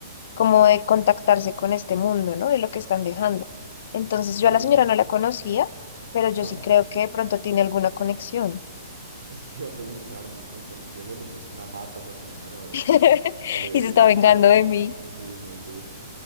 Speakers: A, on the left (about 55°); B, on the right (about 85°).
A: como de contactarse con este mundo, ¿no? De lo que están dejando. Entonces
B: Ok.
A: yo
B: <laughs>
A: a la señora no la conocía, pero yo
B: Ah,
A: sí creo que de pronto tiene alguna conexión
B: Eso te iba a preguntar, no sé si algún día le rompiste una mata a esa señora o,
A: <laughs>
B: o le debías
A: y se está vengando
B: plata,
A: de
B: no
A: mí.
B: sé. Sí, no sé.